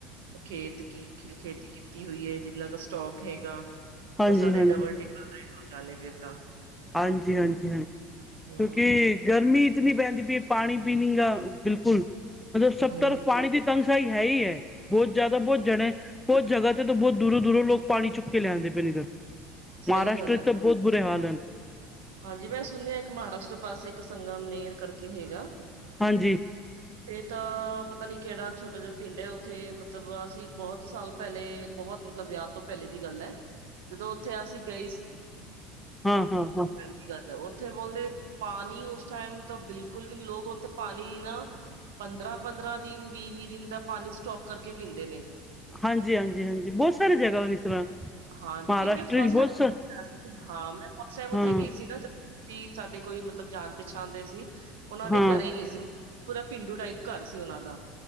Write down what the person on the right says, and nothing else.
ਖੇਤ ਕੀ ਖੇਤੀ ਕੀਤੀ ਹੋਈ ਏ, ਜਿੰਨਾ ਦਾ ਸਟੋਕ ਹੈਗਾ।
ਉਹ ਸਾਰੇ
ਡਬਲ ਟਿੱਪਲ ਰੇਟ ਹੋ ਜਾਣੇ ਫੇਰ ਤਾਂ
ਹਮ
ਹਮ
ਸਹੀ
ਗੱਲ
ਹੈ
ਹਾਂਜੀ ਮੈਂ ਸੁਣਿਆ ਇੱਕ ਮਹਾਰਾਸ਼ਟਰ ਪਾਸੇ ਇੱਕ ਸੰਗਮ ਨੇਰ ਕਰਕੇ ਹੈਗਾ।
ਇਹ ਤਾਂ ਪਤਾ ਨੀ ਕਿਹੜਾ ਛੋਟਾ ਜਿਹਾ ਪਿੰਡ ਹੈ ਉਥੇ ਮਤਲਬ ਅਸੀਂ ਬਹੁਤ ਸਾਲ ਪਹਿਲੇ ਬਹੁਤ ਮਤਲਬ ਵਿਆਹ ਤੋਂ ਪਹਿਲੇ ਦੀ ਗੱਲ ਹੈ ਜਦੋਂ ਉਥੇ ਅਸੀਂ ਗਏ ਸੀ।
ਸਹੀ ਗੱਲ ਉੱਥੇ ਬੋਲਦੇ ਪਾਣੀ ਉਸ ਟਾਈਮ ਤਾਂ ਬਿਲਕੁਲ ਵੀ ਲੋਕ ਉੱਥੇ ਪਾਣੀ ਨਾ ਪੰਦਰਾਂ -ਪੰਦਰਾਂ ਦਿਨ ਵੀਹ- ਵੀਹ ਦਿਨ ਦਾ ਪਾਣੀ ਸਟੋਕ ਕਰਕੇ ਪੀਂਦੇ ਨੇ।
ਹਾਂਜੀ
ਨਹੀਂ ਮੈਂ ਫਸਟ
ਟਾਈਮ
ਹਾਂ ਮੈਂ ਫਸਟ ਟਾਈਮ ਉੱਥੇ
ਗਈ ਸੀ। ਨਾ ਸਾਡੇ ਕੋਈ ਮਤਲਬ ਜਾਣ ਪਹਿਚਾਣ ਦੇ ਸੀ ਉਹਨਾਂ ਦੇ
ਘਰੇ ਗਏ ਸੀ ਮੈ ਪੂਰਾ ਪੇਂਡੂ ਟਾਈਪ ਘਰ ਸੀ ਉਹਨਾਂ ਦਾ